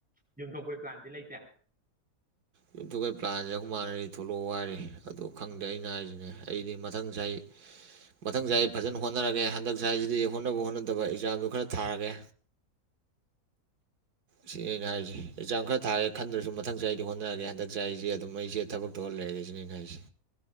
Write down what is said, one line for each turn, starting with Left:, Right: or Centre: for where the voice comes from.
Centre: ꯌꯨꯝꯊꯣꯛꯄꯩ ꯄ꯭ꯂꯥꯟꯗꯤ ꯂꯩꯇꯦ
Right: ꯌꯨꯝ ꯊ‌ꯣꯛꯄꯩ ꯄ꯭ꯂꯥꯟꯁꯦ ꯑꯈ‌ꯣꯢꯃꯥꯅꯗꯤ ꯊꯣꯛꯂꯛꯑꯣ ꯍꯥꯏꯔꯤ ꯑꯗ ꯈꯪꯗꯦ ꯑꯩꯅ ꯍꯥꯏꯁꯤꯅꯦ ꯑꯩꯗꯤ ꯃꯊꯪ ꯆꯍꯤ ꯃꯊꯪ ꯆꯍꯤꯏ ꯐꯖꯅ ꯍꯣꯠꯅꯔꯒꯦ ꯍꯟꯗꯛ ꯁ ꯍꯥꯏꯁꯤꯗꯤ ꯍꯣꯠꯅꯕ ꯍꯣꯠꯅꯗꯕ ꯑꯦꯛꯖꯥꯝꯗꯣ ꯈꯔ ꯊꯥꯔꯒꯦ ꯁꯤꯅꯤ ꯑꯩꯅ ꯍꯥꯏꯔꯤꯁꯤꯦ ꯑꯦꯛꯖꯥꯝ ꯈꯔ ꯊꯥꯒꯦ ꯈꯟꯗ꯭ꯔꯁꯨ ꯃꯊꯪ ꯆꯍꯤꯗꯤ ꯍꯣꯠ ꯅꯗꯤ ꯍꯅꯗꯛꯁ‌ꯦ ꯑꯩꯁꯦ ꯑꯗꯨꯝ ꯑꯩꯁꯦ ꯊꯕꯛ ꯇꯧꯔ ꯂꯩꯔꯦ ꯁꯤꯅꯦ ꯑꯩꯅ ꯍꯥꯏꯁꯦ